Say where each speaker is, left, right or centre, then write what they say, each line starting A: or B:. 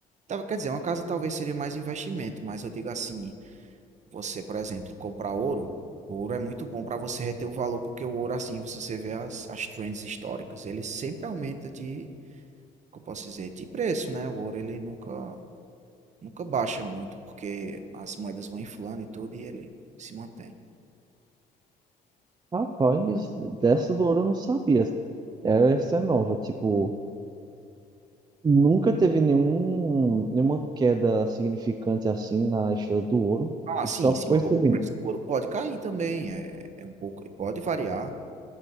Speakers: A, on the right; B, on the right.
A: tá, quer dizer, uma casa talvez seria mais investimento, mas eu digo assim, você, por exemplo, comprar ouro, ouro é muito bom para você reter o valor, porque o ouro, assim, você você vê as, as trends históricas, ele sempre aumenta de, como eu posso dizer, de preço, né? O ouro, ele nunca, nunca baixa muito, porque as moedas vão inflando e tudo, e ele se mantém.
B: Rapaz, dessa do ouro eu não sabia. Essa é nova, tipo, nunca teve nenhum, nenhuma queda significante assim na história do ouro.
A: Ah,
B: Ele
A: sim,
B: só
A: sim,
B: foi
A: o
B: subindo.
A: preço do ouro pode cair também, é, é um pouco, pode variar.